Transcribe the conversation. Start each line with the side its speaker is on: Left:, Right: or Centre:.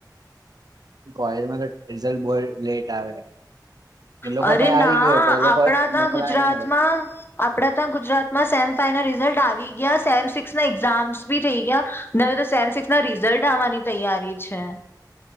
Right: કોલેજમાં રિઝલ્ટ બો લેટ આવે એ લોકો
Left: અરે
Right: પાહે
Left: ના
Right: આવી ગયો હો પણ એ લોકો
Left: આપણા ત્યાં
Right: મોકલાવે
Left: ગુજરાતમાં
Right: ની
Left: આપડા ત ગુજરાતમાં સેમ ફાઈનલ રિઝલ્ટ આવી ગયા સેમ સિક્સ ના એક્ઝામ્સ બી થઇ ગયા ન હવે તો સેમ સિક્સ ના રિઝલ્ટ આવવાની તૈયારી છે